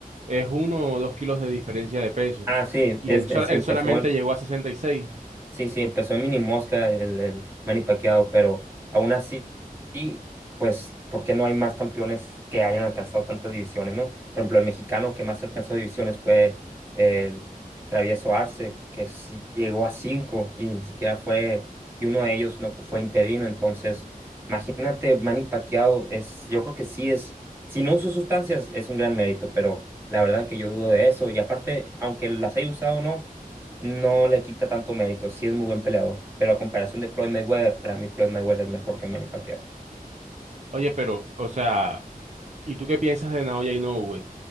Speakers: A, on the right; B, on the right.
A: es uno o dos kilos de diferencia de peso.
B: Ah, sí,
A: Y
B: es,
A: él, sol-
B: es-
A: él
B: empezó,
A: solamente llegó a sesenta y seis
B: Sí, sí, empezó en Mini Mosca el, el Manny Pacquiao, pero aún así, y, pues, ¿por qué no hay más campeones que hayan alcanzado tantas divisiones, no? Por ejemplo, el mexicano que más alcanzó divisiones fue el Travieso Arce, que sí llegó a cinco y ni siquiera fue, y uno de ellos no fu- fue, interino, entonces, imagínate, Manny Pacquiao es, yo creo que sí es, si no usó sustancias es un gran mérito, pero la verdad que yo dudo de eso, y aparte, aunque las haya usado o no, no le quita tanto mérito. Sí es muy buen peleador, pero a comparación de Floyd Mayweather, para mí Floyd Mayweather es mejor que Manny Pacquiao.
A: Oye, pero, o sea, ¿y tú qué piensas de Naoya Inoue?